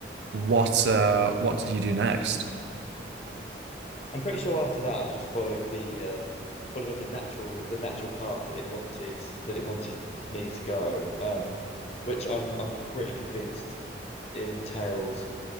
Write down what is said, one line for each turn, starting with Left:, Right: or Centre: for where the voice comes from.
Right: what uh, what did you do next?
Left: I'm pretty sure after that I just followed the uh followed the natural the natural path that it wanted that it wanted me to go. Um which I'm I'm pretty convinced entails